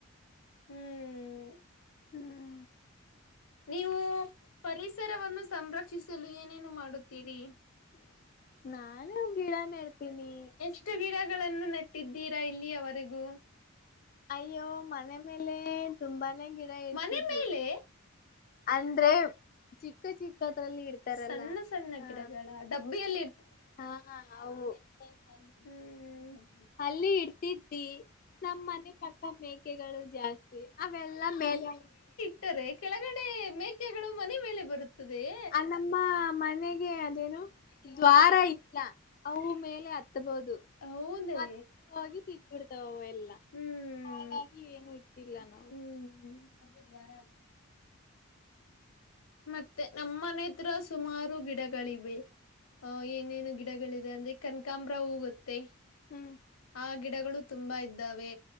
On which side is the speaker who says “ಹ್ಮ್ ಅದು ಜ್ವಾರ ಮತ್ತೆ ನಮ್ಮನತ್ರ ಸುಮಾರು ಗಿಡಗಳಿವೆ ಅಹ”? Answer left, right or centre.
Left